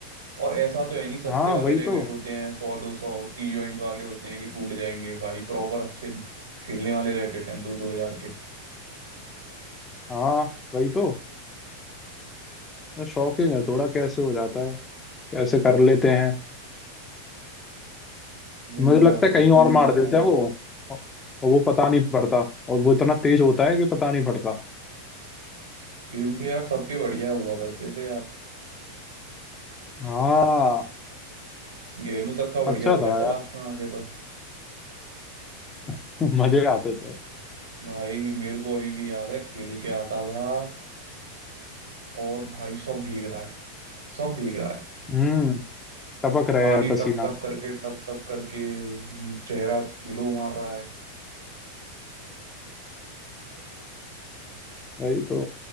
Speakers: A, on the right; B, on the left.
A: और ऐसा तो है नहीं सस्ते
B: हाँ
A: वाले
B: वही
A: रैकेट
B: तो
A: होते हैं सौ दो सौ टी जॉइंट वाले होते हैं कि टूट जाएंगे भाई प्रॉपर अच्छे खेलने वाले रैकेट हैं दो दो हजार के
B: हाँ वही तो शॉकिंग है थोड़ा कैसे हो जाता है कैसे कर लेते हैं
A: मेरे
B: मुझे
A: को
B: लगता
A: यार
B: है
A: खुद
B: कहीं
A: को
B: और
A: नहीं
B: मार
A: पता
B: देते
A: है
B: हैं वो और वो पता नहीं पड़ता और वो इतना तेज होता है कि पता नहीं पड़ता
A: गेम प्ले यार सबके बढ़िया हुआ करते थे यार
B: हाँ
A: गेलू तक का
B: अच्छा
A: बढ़िया हो गया
B: था
A: था
B: यार
A: लास्ट में आके तो
B: <laughs> मजे आते थे
A: भाई मेरे को अभी भी याद है खेल के आता था और भाई सब भीग रहा है सब भीग रहा है
B: हम्म टपक रहे
A: पानी
B: है पसीना
A: टप टप करके टप टप करके हम्म, चेहरा ग्लो मार रहा है
B: वही तो